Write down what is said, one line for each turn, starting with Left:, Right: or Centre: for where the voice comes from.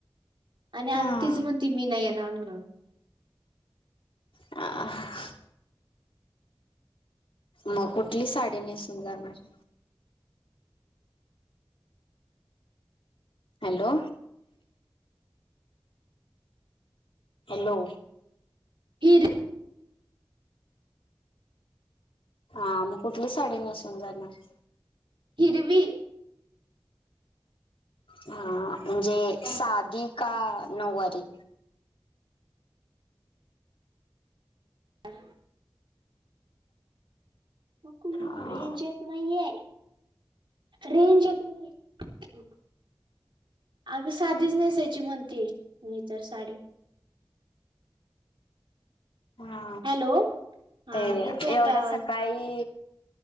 Right: आणि आता
Left: हा
Right: तिचं म्हणती मी नाही येणार म्हणून
Left: आ मग कुठली साडी नेसून जाणार हॅलो हॅलो
Right: फथीर
Left: हा मग कुठली साडी नेसून जाणार
Right: हिरवी
Left: ह म्हणजे साधी का नऊवारी
Right: ब मकूरेंज
Left: हा
Right: आहेत नाहीे रेंज त अगं साधीच नेसायची म्हणते मी तर साडी
Left: हा
Right: हॅलो हा
Left: ते
Right: येतो येतोय
Left: एवढं
Right: आवाज
Left: सकाळी